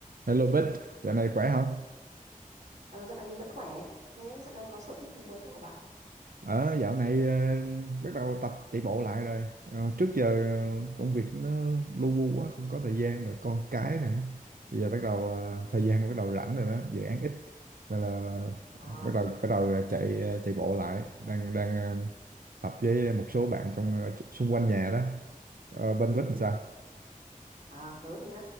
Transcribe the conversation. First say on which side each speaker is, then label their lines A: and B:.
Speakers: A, on the right (about 85°); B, on the right (about 60°).
A: Hello Bích, dạo này khỏe không?
B: Ờ, dạo này mình vẫn khỏe. Thế dạo này có sở thích gì mới không hả bạn?
A: Ờ, dạo này ờ, bắt đầu tập chạy bộ lại rồi. Ờ, trước giờ ờ, công việc nó lu bu quá, không có thời gian rồi, con cái nè. Bây giờ bắt đầu ờ, thời gian bắt đầu rảnh rồi đó, dự án ít nên là
B: À,
A: ờ, bắt đầu bắt đầu ờ, chạy ờ, chạy bộ lại, đang đang ờ, tập với một số bạn trong ờ, xung quanh nhà đó. Ờ, bên
B: ừ.
A: Bích làm sao?
B: À, tớ thì á,